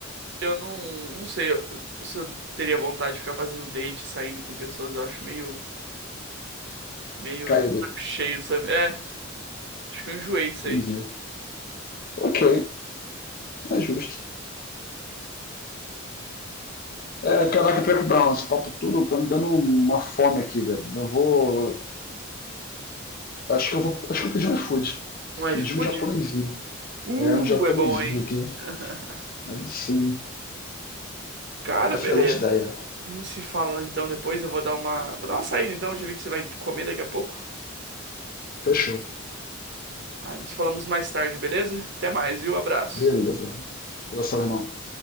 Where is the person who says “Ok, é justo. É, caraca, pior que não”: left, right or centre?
Left